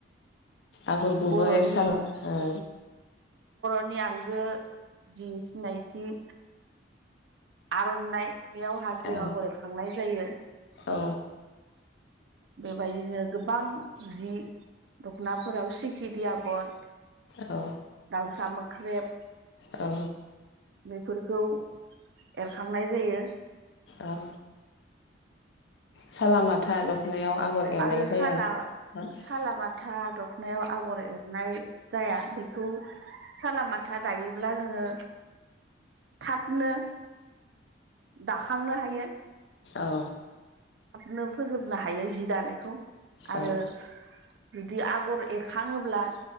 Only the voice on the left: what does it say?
आगर गुबै
साम ओ
औ
औ
औ
औ
औ सालामाथा दखनायाव आगर एरनाय
जाया
औ औ
औ
औ